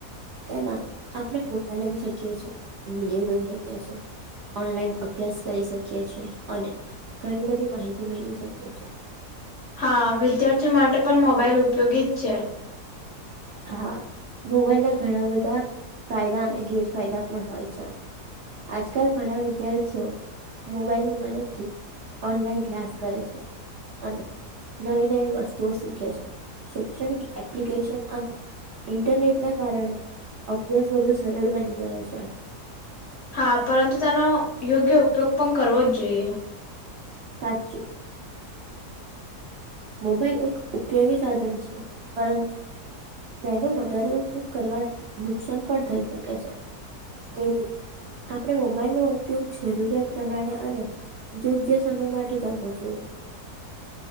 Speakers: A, on the right (about 70°); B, on the left (about 55°).
A: તેમાં આપણે ફોટા લઈ શકીએ છે, એ વિડીયો જોઈ શકીએ છે. ઓનલાઈન અભ્યાસ કરી શકીએ છીએ, અને ઘણી બધી માહિતી મેળવી શકીએ છીએ.
B: હા, વિદ્યાર્થીઓ માટે પણ મોબાઈલ ઉપયોગી જ છે.
A: હા, મોબાઈલ ના ઘણા બધા ફાયદા અને ગેરફાયદા પણ હોય છે. આજકાલ ઘણા વિદ્યાર્થીઓ મોબાઈલની મદદથી ઓનલાઈન ક્લાસ કરે છે. અને નવી-નવી વસ્તુઓ શીખે છે, શૈક્ષણિક એપ્લિકેશન અને ઇન્ટરનેટના કારણે અભ્યાસ વધુ સરળ બની ગયો છે.
B: હા, પરંતુ તેનો યોગ્ય ઉપયોગ પણ કરવો જ જોઈએ.
A: સાચું. મોબાઈલ એક ઉપયોગી સાધન છે, પરંતુ તેનો વધારે ઉપયોગ કરવાથી નુકસાન પણ થઈ શકે છે. તેથી આપણે મોબાઈલનો ઉપયોગ જરૂરિયાત પ્રમાણે અને યોગ્ય સમય માટે કરવો જોઈએ.